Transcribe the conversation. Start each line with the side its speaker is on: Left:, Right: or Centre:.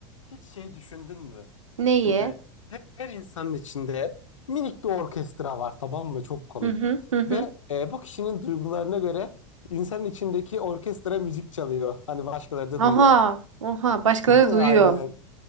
Left: Hiç şey düşündün mü?
Right: Neyi?
Left: Şimdi her, her insanın içinde minik bir orkestra var tamam mı? Çok komik.
Right: Hı hı hı hı.
Left: Ve e, bu kişinin duygularına göre insanın içindeki orkestra müzik çalıyor. Hani başkaları da
Right: Aha,
Left: duyuyor.
Right: oha başkaları
Left: <laughs> Aynen.
Right: duyuyor.